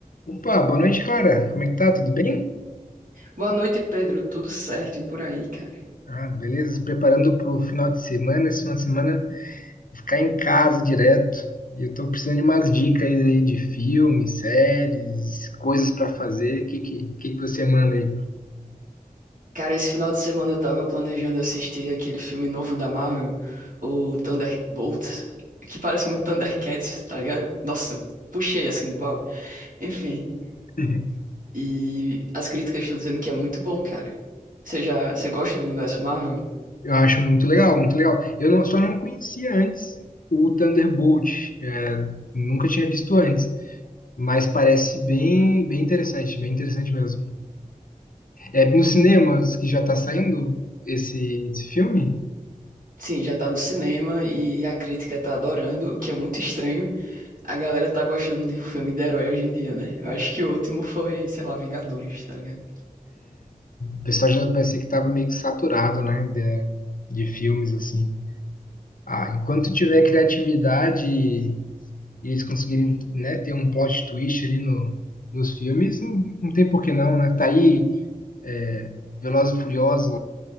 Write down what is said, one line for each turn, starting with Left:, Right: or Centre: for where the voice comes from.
Left: Opa, boa noite, cara. Como é que tá? Tudo bem?
Right: Boa noite, Pedro. Tudo certo e por aí, cara?
Left: Ah, beleza. Se preparando pro final de semana. Esse final de semana ficar em casa direto. E eu tô precisando de umas dicas aí de filmes, séries, coisas pra fazer. O que, que, que que você manda aí?
Right: Cara, esse final de semana eu tava planejando assistir aquele filme novo da Marvel, o Thunderbolts, que parece muito Thundercats, tá ligado? Nossa, puxei assim do baú. Enfim,
Left: <laughs>
Right: e as críticas estão dizendo que é muito bom, cara. Você já, você gosta do universo Marvel?
Left: Eu acho muito legal, muito legal. Eu não- só não conhecia antes o Thunderbolt. é, nunca tinha visto antes. Mas parece bem, bem interessante, bem interessante mesmo. É nos cinemas que já tá saindo esse, esse filme?
Right: Sim, já tá no cinema e a crítica tá adorando, o que é muito estranho. A galera tá gostando de um filme de herói hoje em dia, né? Eu acho que o último foi, sei lá, Vingadores, tá ligado?
Left: O pessoal já parecia que estava meio que saturado, né? De, de filmes, assim. Ah, enquanto tiver criatividade e e eles conseguirem, né, ter um plot twist ali no, nos filmes, não, não tem por que não, né? Tá aí é, Velozes e Furiosos,